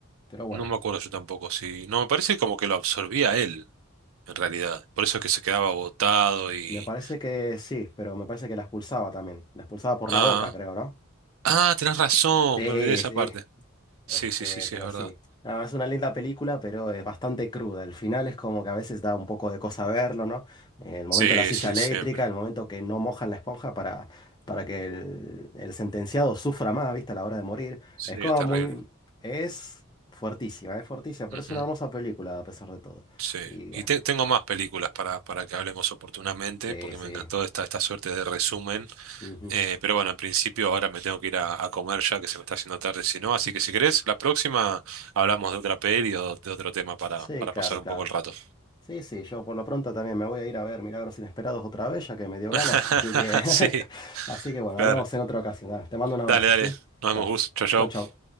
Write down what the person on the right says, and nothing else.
No me acuerdo yo tampoco, sí. No, me parece como que lo absorbía él, en realidad. Por eso es que se quedaba agotado y...
Ah,
ah, tenés razón,
me olvidé de esa
parte.
Sí, sí, sí, sí,
es verdad.
Sí,
sí,
siempre.
Sí,
es terrible.
Ujú.
Sí,
y te- tengo más películas para, para que hablemos oportunamente,
porque
me encantó esta, esta suerte de resumen.
Eh, pero bueno, en principio ahora me tengo que ir a, a comer ya, que se me está haciendo tarde, si no. Así que si querés, la próxima hablamos de otra peli o de otro tema para,
para
pasar un
poco el rato.
<laughs>
Sí,
claro.
Dale, dale.
Nos
vemos, Gus. Chau, chau.